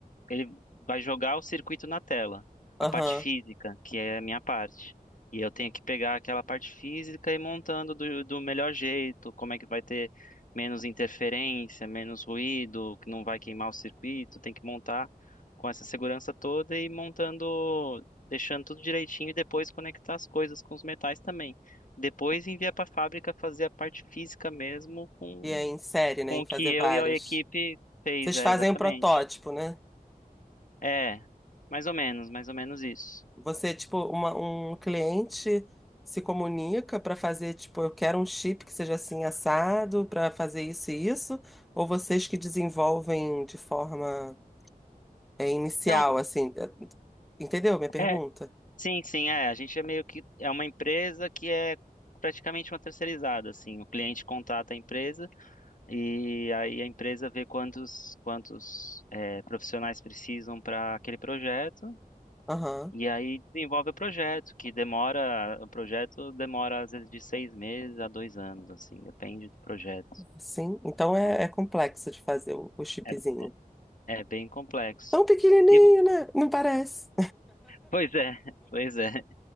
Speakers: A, on the left; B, in the centre.
A: ele vai jogar o circuito na tela,
B: aham.
A: a parte física, que é a minha parte. E eu tenho que pegar aquela parte física e ir montando do, do melhor jeito, como é que vai ter menos interferência, menos ruído, que não vai queimar o circuito, tem que montar com essa segurança toda e ir montando, deixando tudo direitinho e depois conectar as coisas com os metais também. Depois envia para a fábrica fazer a parte física mesmo com,
B: E é em série,
A: com
B: né? Em
A: o
B: fazer
A: que eu
B: várias.
A: e a equipe fez,
B: Vocês
A: é,
B: fazem
A: exatamente.
B: um protótipo, né?
A: É, mais ou menos, mais ou menos isso.
B: Você, tipo, uma, um cliente se comunica para fazer, tipo, eu quero um chip que seja assim assado para fazer isso e isso, ou vocês que desenvolvem de forma é, inicial,
A: Não,
B: assim, é, entendeu minha pergunta?
A: é, sim, sim, é. A gente é meio que é uma empresa que é praticamente uma terceirizada, assim. O cliente contrata a empresa e aí a empresa vê quantos quantos é, profissionais precisam para aquele projeto
B: Aham,
A: e aí desenvolve o projeto, que demora, o projeto demora às vezes de seis meses a dois anos, assim, depende do projeto.
B: sim. Então é,
A: Então,
B: é complexo de fazer o, o chipzinho.
A: é, é bem complexo.
B: Tão pequenininho,
A: E,
B: né? Não parece.
A: pois é, <laughs> pois é.